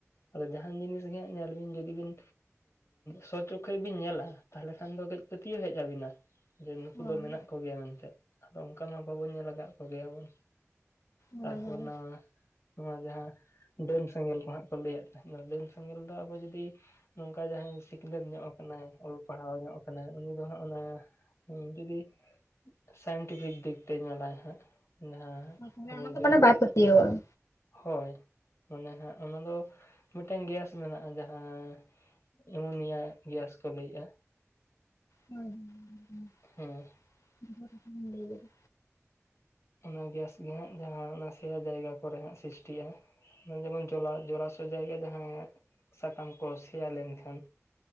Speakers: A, on the left; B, on the left.
A: ᱟᱫᱚ ᱡᱟᱦᱟᱱ ᱡᱤᱱᱤᱥ ᱱᱟᱥᱮ ᱧᱚᱜ ᱧᱮᱞ ᱵᱤᱱ ᱡᱩᱫᱤ ᱵᱤᱱ ᱥᱚ ᱪᱚᱠᱷᱮ ᱵᱤᱱ ᱧᱮᱞᱟ, ᱛᱟᱦᱚᱸᱞᱮ ᱠᱷᱟᱱ ᱫᱚ ᱠᱟᱹᱡ ᱯᱟᱹᱛᱤᱭᱟᱹᱣ ᱦᱮᱡ- ᱟᱵᱤᱱᱟ, ᱡᱮ ᱱᱩᱠᱩ
B: ᱦᱳᱭ
A: ᱫᱚ ᱢᱮᱱᱟᱜ ᱠᱚᱜᱮᱭᱟ ᱢᱮᱱᱛᱮ᱾ ᱟᱫᱚ ᱚᱝᱠᱟ ᱢᱟ ᱵᱟᱵᱚᱱ ᱧᱮᱞ ᱠᱟᱜ ᱠᱚ ᱜᱮᱭᱟ ᱵᱚᱱ᱾
B: ᱦᱳᱭ
A: ᱛᱟᱨᱯᱚᱨ
B: ᱦᱳᱭ
A: ᱱᱟᱣᱟ, ᱱᱚᱣᱟ ᱡᱟᱦᱟᱸ ᱰᱟᱹᱱ ᱥᱮᱸᱜᱮᱞ ᱠᱚ ᱦᱟᱸᱜ ᱠᱚ ᱞᱟᱹᱭᱟᱜ ᱠᱟᱱ ᱫᱚ, ᱰᱟᱹᱱ ᱥᱮᱸᱜᱮᱞ ᱫᱚ ᱟᱵᱚ ᱡᱩᱫᱤ ᱱᱚᱝᱠᱟ ᱡᱟᱦᱟᱸᱭ ᱥᱤᱠᱷᱱᱟᱹᱛ ᱧᱚᱜ ᱠᱟᱱᱟᱭ, ᱚᱞ-ᱯᱟᱲᱦᱟᱣ ᱧᱚᱜ ᱠᱟᱱᱟᱭ, ᱩᱱᱤ ᱫᱚ ᱦᱟᱸᱜ ᱚᱱᱟ ᱩᱱ ᱡᱩᱫᱤ ᱥᱟᱭᱮᱱᱴᱤᱯᱷᱤᱠ ᱫᱤᱠ ᱛᱮ ᱧᱮᱞᱟᱭ ᱦᱟᱸᱜ ᱡᱟᱦᱟᱸ
B: ᱦᱳᱭ ᱛᱟᱦᱚᱞᱮ
A: ᱟᱵᱚ
B: ᱚᱱᱟ ᱫᱚ
A: ᱡᱮ
B: ᱢᱟᱱᱮ ᱵᱟᱭ ᱯᱟᱹᱛᱤᱭᱟᱹᱣ ᱟᱜ-ᱟ᱾
A: ᱦᱳᱭ ᱢᱟᱱᱮ ᱦᱟᱸᱜ ᱚᱱᱟ ᱫᱚ ᱢᱤᱜᱴᱟᱱ ᱜᱮᱥ ᱢᱮᱱᱟᱜ-ᱟ᱾ ᱡᱟᱦᱟᱸ ᱮᱢᱳᱱᱤᱭᱟ ᱜᱮᱥ ᱠᱚ ᱞᱟᱹᱭᱮᱜ-ᱟ᱾
B: ᱦᱳᱭᱻ <unintelligible>
A: ᱦᱩᱸ
B: <unintelligible> ᱠᱟᱛᱷᱟᱢ ᱞᱟᱹᱭ ᱠᱟᱫᱟ᱾
A: ᱚᱱᱟ ᱜᱮᱥ ᱜᱮ ᱦᱟᱸᱜ ᱡᱟᱦᱟᱸ ᱚᱱᱟ ᱥᱮᱭᱟ ᱡᱟᱭᱜᱟ ᱠᱚᱨᱮ ᱦᱟᱸᱜ ᱥᱤᱥᱴᱤᱜ-ᱟ᱾ ᱚᱱᱟ ᱡᱮᱢᱚᱱ ᱡᱚᱞᱟ ᱡᱚᱞᱟᱥᱚᱭ ᱡᱟᱭᱜᱟ ᱡᱟᱦᱟᱸ ᱥᱟᱠᱟᱢ ᱠᱚ ᱥᱮᱭᱟ ᱞᱮᱱᱠᱷᱟᱱ᱾